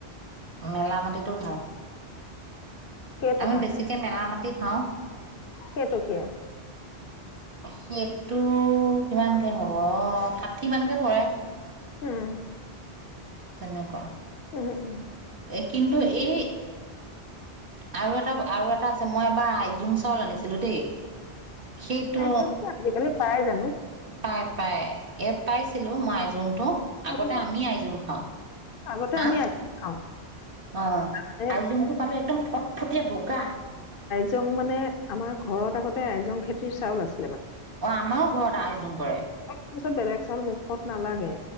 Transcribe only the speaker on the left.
কেইটকা
কেটকীয়া?
উম।
ওহো উম।
আইজুংটো আজিকালি পাই জানো?
আমিতো
আগতে
আমি আইজং খাওঁ
মানে
যুং মানে আমাৰ ঘৰত আগতে আইজং খেতিৰ চাউল আছে
তাৰপিছত বেলেগ চাউল মুখত নালাগে।